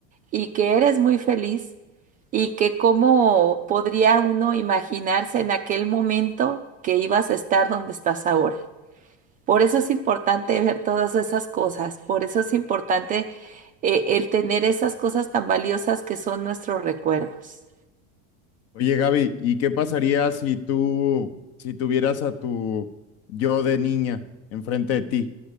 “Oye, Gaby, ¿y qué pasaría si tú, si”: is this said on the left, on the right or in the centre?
Left